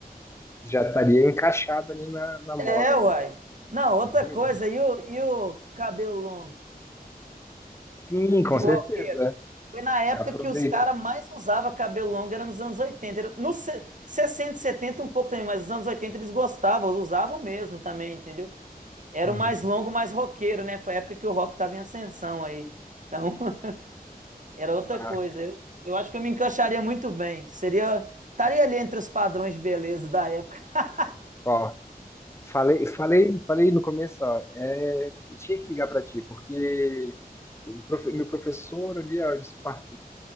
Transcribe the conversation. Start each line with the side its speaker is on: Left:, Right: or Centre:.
Left: Já estaria encaixado ali na, na moda,
Right: É,
Left: né?
Right: uai. Não, outra
Left: Uhum.
Right: coisa, e o, e o cabelo longo
Left: Sim, com
Right: de
Left: certeza.
Right: roqueiro? Foi na época
Left: Já aproveita.
Right: que os caras mais usavam cabelo longo, era nos anos 80. Era Nos se- 60, 70 um pouco também, mas nos anos 80 eles gostavam, usavam mesmo também, entendeu? Era
Left: Uhum.
Right: o mais longo, mais roqueiro, né? Foi a época que o rock tava em ascensão aí. Então, <laughs> era outra
Left: Ah,
Right: coisa. Eu, eu acho que eu me encaixaria muito bem. Seria. Estaria ali entre os padrões de beleza da época. <laughs>
Left: ó, Falei, falei, falei no começo, ó, é, eu tinha que ligar para ti, porque o profe- meu professor ali ó, despa-